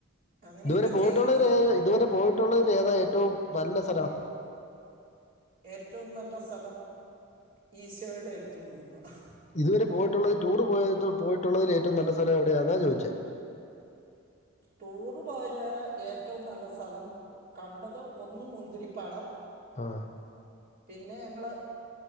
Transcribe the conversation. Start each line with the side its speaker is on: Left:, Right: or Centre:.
Right: അങ്ങനെയൊക്കെ
Left: ഇതുവരെ പോയിട്ടുള്ളതിൽ
Right: ചെയ്യുന്നു
Left: ഏ ഇതുവരെ പോയി ട്ടുള്ളതിൽ ഏതാ ഏറ്റവും നല്ല സ്ഥലം
Right: ഏറ്റവും നല്ല സ്ഥലം ഈശോയുടെ എടുത്തു പോകുന്നതാ
Left: ഇതുവരെ പോയിട്ടുള്ളത് ടൂറ് പോയത് പോയിട്ടുള്ളതിൽ ഏറ്റവും നല്ല സ്ഥലം എവിടെയാണെന്നാണ് ചോദിച്ചേ
Right: ടൂറ്പോയേല് ഏറ്റവും നല്ല സ്ഥലം കണ്ടത് ഒന്ന് മുന്തിരിപ്പാടം
Left: ആഹ്
Right: പിന്നെ ഞങ്ങള്